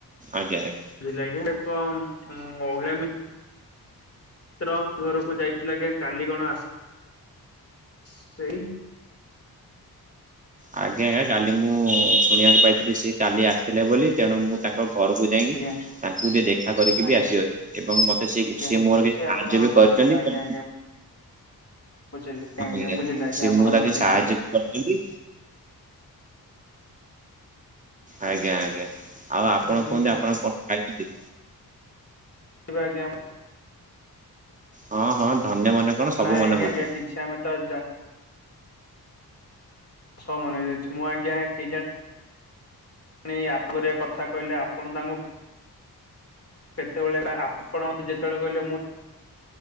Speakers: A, on the right (about 20°); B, on the left (about 40°).
A: ଆଜ୍ଞା ଆଜ୍ଞା।
B: ଲିଲ କିି ଏକ ମହିଳ। ଚିତ୍ର ଘରକୁ ଯାଇଥିଲା ଆଜ୍ଞା କାଲିଗଣ ଆସ ସେଇ,
A: ଆଜ୍ଞା ଆଜ୍ଞା କାଲି ମୁଁ ଶୁଣିବାକୁ ପାଇଥିଲି ସିଏ କାଲି ଆସିଥିଲେ ବୋଲି ତେଣୁ ମୁଁ ତା ତାଘରକୁ ଯାଇକି
B: ଆଜ୍ଞା
A: ତାଙ୍କୁ ଟିକେ ଦେଖା କରିକି
B: ଆଜ୍ଞା।
A: ବି ଆସିିବ ଏବଂ ମତେ ସେ ସ
B: ଆଜ୍ଞା
A: ମୋର କିଛି
B: ଆପଣ
A: ସାହାଯ୍ୟ ବି
B: କରିଥିଲେ
A: କଚ ନ୍ତି
B: ଆଜ୍ଞା ଆଜ୍ଞା ବୁଝିଲି
A: ହଁ ଆଜ୍ଞା
B: ବୁଝିଲି
A: ସେ
B: ଆପଣଙ୍କର
A: ମୁଁ ତାକେ
B: କିଛି
A: ସାହାଯ୍ୟ ବି କରିଚନ୍ତି। ଆଜ୍ଞା ଆଜ୍ଞା ଆଉ ଆପଣ
B: ଧନ
A: କୁହନ୍ତି ଆପଣ କଣ ଖାଇଚନ୍ତି?
B: ଆଜ୍ଞା ଆଜ୍ଞା।
A: ହଁ ହଁ ଧନ୍ୟ ମନେ କଣ ସବୁ
B: ନାଇଁ
A: ମନେ
B: ଆଜ୍ଞା
A: ହଉଛୁ।
B: ଆଜ୍ଞା କିଛି ଆମେ ତ ଅଜା ସ ମନେଯାଉଚି ମୁଁ ଆଜ୍ଞା କେଜା ଣି ଆପରେ କଥା କହିଲେ ଆପଣ ତାଙ୍କୁ କେତେବେଳେ ତା ଆପଣ ମତେ ଯେତେବେଳେ କହିଲେ ମୁଁ